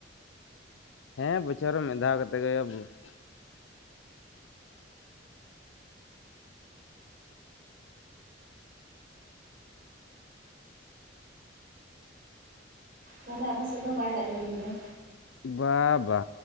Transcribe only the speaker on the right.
ᱛᱟᱦᱞᱮ ᱟᱯᱮ ᱥᱮᱫ ᱦᱚᱸ ᱵᱟᱭ ᱫᱟᱜ ᱡᱟᱹᱲᱤᱫᱟᱭ